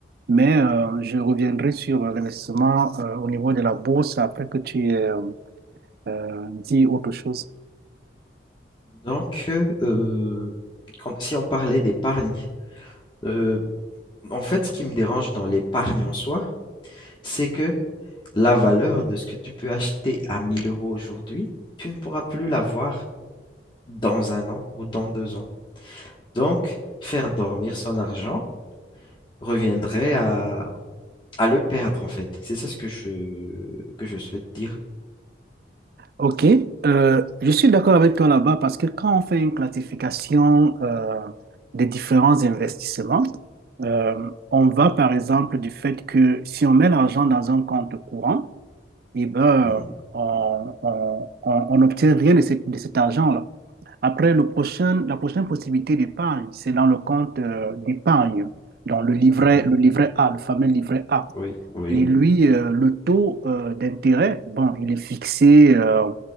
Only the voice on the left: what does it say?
Donc, euh, quand- si on parlait d'épargne, euh, en fait, ce qui me dérange dans l'épargne en soi, c'est que la valeur de ce que tu peux acheter à 1000 euros aujourd'hui, tu ne pourras plus l'avoir dans un an ou dans deux ans. Donc, faire dormir son argent reviendrait à, à le perdre, en fait. C'est ça ce que je, que je souhaite dire.
Mhm,
mhm.
Oui, oui.